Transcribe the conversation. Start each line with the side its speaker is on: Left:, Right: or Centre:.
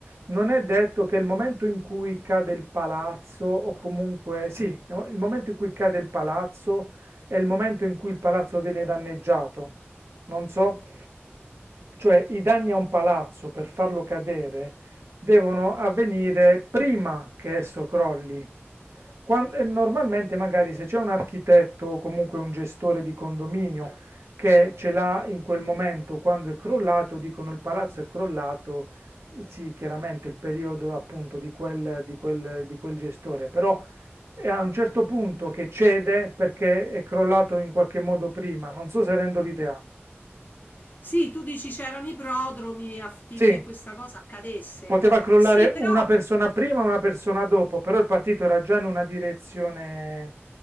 Right: non è detto che il momento in cui cade il palazzo, o comunque sì, il momento in cui cade il palazzo è il momento in cui il palazzo viene danneggiato. Non so, cioè i danni a un palazzo per farlo cadere devono avvenire prima che esso crolli. Quan- e normalmente magari se c'è un architetto o comunque un gestore di condominio che ce l'ha in quel momento quando è crollato, dicono il palazzo è crollato, eh, sì, chiaramente il periodo appunto di quel, di quel, di quel gestore, però è a un certo punto che cede perché è crollato in qualche modo prima, non so se rendo l'idea.
Left: Sì, tu dici c'erano i prodromi affinché
Right: Sì,
Left: questa cosa accadesse.
Right: poteva crollare
Left: Sì, però
Right: una persona prima, una persona dopo, però il partito era già in una direzione,